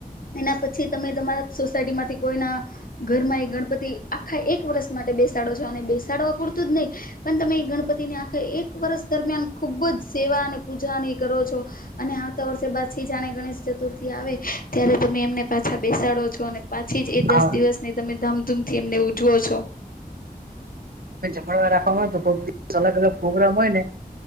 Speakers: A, on the left; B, on the right.
A: એના પછી તમે તમારા સોસાયટી માંથી કોઈના ઘરમાં એ ગણપતિ આખા એક વર્ષ માટે બેસાડો છો અને બેસાડવા પૂરતું જ નહીં પણ તમે એ ગણપતિને આ એક વર્ષ દરમિયાન ખૂબ જ સેવા અને પૂજાની કરો છો અને આવતા વર્ષે બાદ છે જાણે ગણેશ ચતુર્થી આવે ત્યારે તમે એમને પાછા બેસાડો છો અને પા છેજ એ દસ
B: હા
A: દિવસ ને તમે ધામ તમથી એમને ઉજવો છો.
B: વ રા તો કોઈક દિવ અલગ અલગ પ્રોગ્રામ હોય ને